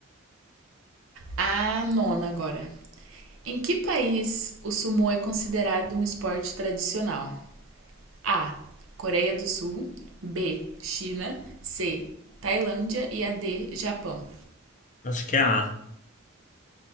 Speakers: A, on the right; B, on the left.
A: A nona agora. Em que país o sumo é considerado um esporte tradicional? A. Coreia do Sul. B. China. C. Tailândia. E a D. Japão.
B: Acho que é A.